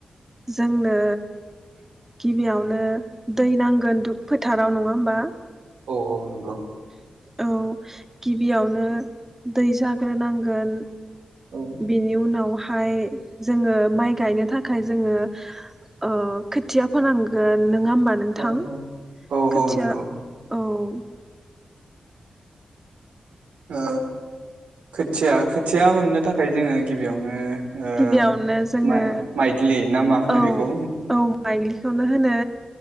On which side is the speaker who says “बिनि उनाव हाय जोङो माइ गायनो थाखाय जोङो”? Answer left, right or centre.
Right